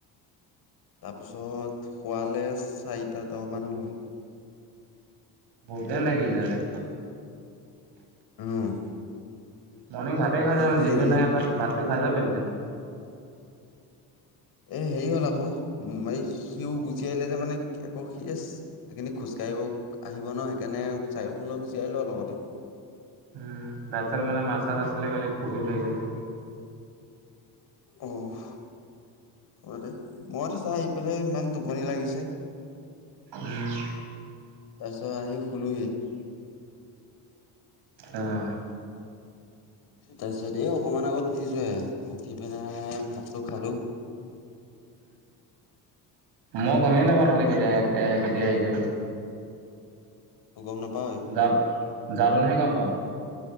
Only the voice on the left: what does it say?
তাৰপিছত খোৱালে চাৰিটা দহ মান হ'ল।
উম।
তই
শুই
থাকিলি
এ হেৰি হ'ল আকৌ, উম, এ-এই সিও গুচি আহিলে যে মানে, আকৌ সি এচ এইখিনি খোজকাঢ়িব-আহিব ন, সেইকাৰণে চাইকেলখন লৈ গুচি আহিলোঁ আৰু লগতে।
অ', হ'ব দে, মই থৈছ পা আহি পেলাই ইমান টোপনি লাগিছে,
তাৰপিছত আহি শুলোহি।
তাৰপিছত এই অকমান আগত উঠিছোহে। উঠি পিনাই ভাত টো খালো।
ভাতটো
গম নাপাৱয়ে?